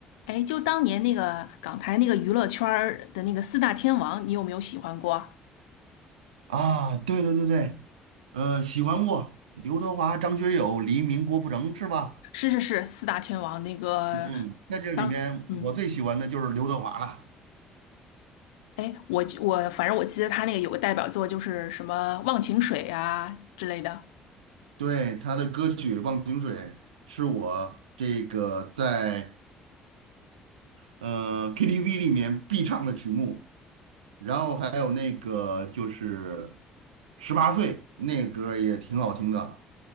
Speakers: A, on the left (about 80°); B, on the right (about 85°).
A: 哎，就当年那个港台那个娱乐圈儿的那个四大天王，你有没有喜欢过？
B: 啊，对对对对，呃，喜欢过刘德华、张学友、黎明、郭富城是吧？
A: 是是是，四大天王那个
B: 嗯，在这里面我最喜欢的就是刘德华了，
A: 当嗯，哎，我我反正我记得他那个有个代表作就是什么《忘情水》啊之类的。
B: 对，他的歌曲《忘情水》是我这个在呃 KTV 里面必唱的曲目，然后还有那个就是《十八岁》那个歌儿也挺好听的，